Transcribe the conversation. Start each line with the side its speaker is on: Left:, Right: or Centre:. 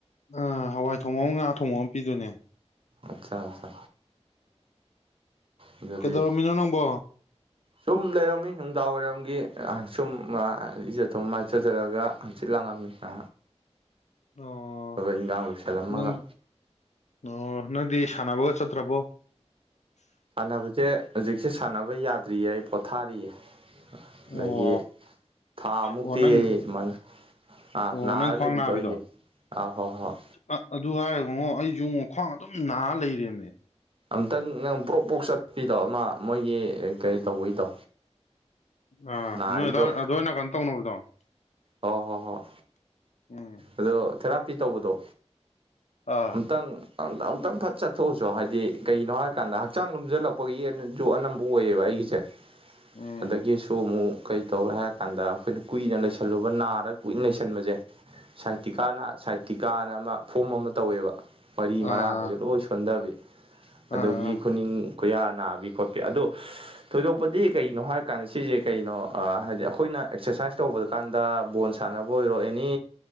Left: ꯑ ꯍꯋꯥꯏ ꯊꯣꯡꯉꯣ ꯑꯃ ꯉꯥ ꯊꯣꯡꯉꯣ ꯑꯃ ꯄꯤꯗꯣꯏꯅꯦ
Right: ꯑꯠꯆꯥ ꯑꯆꯥ ꯑꯗꯨꯗꯤ
Left: ꯀꯩꯗꯧꯔꯝꯃꯤꯅꯣ ꯅꯪꯕꯣ
Right: ꯁꯨꯝ ꯂꯩꯔꯝꯃꯤ ꯅꯨꯡꯗꯥꯡ ꯋꯥꯏꯔꯝꯒꯤ ꯁꯨꯝ ꯏꯖ ꯊꯨꯝ ꯃꯥꯏꯊꯖꯔꯒ ꯑꯪꯆ ꯂꯉꯥ ꯃꯦꯁꯥ
Left: ꯑꯣ
Right: ꯏꯟꯈꯥꯡ ꯂꯣꯏꯁꯤꯜꯂꯝꯃꯒ
Left: ꯅꯪ ꯑꯣ ꯅꯪꯗꯤ ꯁꯥꯟꯅꯕꯒ ꯆꯠꯇ꯭ꯔꯕꯣ
Right: ꯁꯥꯟꯅꯕꯁꯦ ꯍꯧꯖꯤꯛꯁꯦ ꯁꯥꯟꯅꯕ ꯌꯥꯗ꯭ꯔꯤꯌꯦ ꯑꯩ ꯄꯣꯊꯥꯔꯤꯌꯦ ꯑꯗꯒꯤ
Left: ꯑꯣ
Right: ꯊꯥ ꯃꯨꯛꯇꯤ
Left: ꯑꯣ ꯅꯪ
Right: ꯑꯩ ꯁꯨꯃꯥꯏꯅ ꯑꯥ
Left: ꯑꯣ
Right: ꯅꯥꯔ
Left: ꯅꯪ ꯈ꯭ꯋꯥꯡ
Right: ꯂꯩꯕꯤꯗꯧꯔꯤꯒꯦ
Left: ꯅꯥꯕꯤꯗꯣ
Right: ꯑꯥ ꯍꯣꯏ ꯍꯣꯏ
Left: ꯑ ꯑꯗꯨ ꯍꯥꯏꯔꯦꯉꯣ ꯑꯩꯁꯨ ꯈ꯭ꯋꯥꯡ ꯑꯗꯨꯝ ꯅꯥꯔ ꯂꯩꯔꯦꯝꯃꯦ
Right: ꯑꯝꯇꯪ ꯅꯪ ꯄ꯭ꯔꯣꯛ ꯄꯣꯛ ꯆꯠꯄꯤꯗꯣ ꯑꯃ ꯃꯣꯏꯒꯤ ꯀꯩ ꯇꯧꯕꯩꯗꯣ
Left: ꯑꯥ
Right: ꯅꯥꯔꯤꯗꯣ
Left: ꯅꯣꯏ ꯑꯗꯨ ꯑꯣꯏꯅ ꯀꯩꯅꯣ ꯇꯧꯅꯕꯗꯣ
Right: ꯑꯣ ꯍꯣ ꯍꯣꯏ
Left: ꯎꯝ
Right: ꯑꯗꯣ ꯊꯦꯔꯥꯄꯤ ꯇꯧꯕꯗꯣ
Left: ꯑꯥ
Right: ꯑꯃꯨꯪ ꯑꯨꯛꯇꯪ ꯐꯠ ꯆꯠꯊꯣꯛꯎꯁꯨ ꯍꯥꯏꯗꯤ ꯀꯩꯅꯣ ꯍꯥꯏꯔꯀꯥꯟꯗ ꯍꯛꯆꯥꯡ ꯂꯣꯝꯁꯤꯜꯂꯛꯄꯒꯤ ꯨ ꯑꯅꯝꯕ ꯑꯣꯏꯌꯦꯕ ꯑꯩꯒꯤꯁꯦ
Left: ꯎꯝ
Right: ꯑꯗꯒꯤꯁꯨ ꯑꯃꯨꯛ ꯀꯔꯤ ꯇꯧꯔꯦ ꯍꯥꯏꯔ ꯀꯥꯟꯗ ꯑꯩꯈꯣꯏꯅ ꯀꯨꯏꯅ ꯂꯩꯁꯜꯂꯨꯕ ꯅꯥꯔ ꯀꯨꯏꯅ ꯂꯩꯁꯟꯕꯁꯦ ꯁꯥꯏꯇꯤꯀꯥꯅ ꯁꯥꯏꯇꯤꯀꯥꯅ ꯑꯃ ꯐꯣꯝ ꯑꯃ ꯇꯧꯋꯦꯕ ꯋꯥꯔꯤ
Left: ꯑꯥ
Right: ꯃꯔꯥꯡ ꯍꯥꯏꯁꯦ ꯂꯣꯏ ꯁꯣꯟꯊꯕꯤ ꯑꯗꯒꯤ
Left: ꯑꯥ
Right: ꯈꯨꯅꯤꯡ
Left: ꯑꯥ
Right: ꯈꯨꯌꯥ ꯅꯥꯕꯤ ꯈꯣꯠꯄꯤ ꯑꯗꯨꯗꯣ ꯊꯣꯏꯗꯣꯛꯄꯗꯤ ꯀꯩꯅꯣ ꯍꯥꯏꯔꯀꯥꯟꯗ ꯁꯤꯁꯦ ꯀꯩꯅꯣ ꯍꯥꯏꯗꯤ ꯑꯩꯈꯣꯏꯅ ꯑꯦꯛꯁꯔꯁꯥꯏꯁ ꯇꯧꯕꯗ ꯀꯥꯟꯗ ꯕꯣꯜ ꯁꯥꯟꯅꯕ ꯑꯣꯏꯔꯣꯩꯅ ꯑꯦꯅꯤ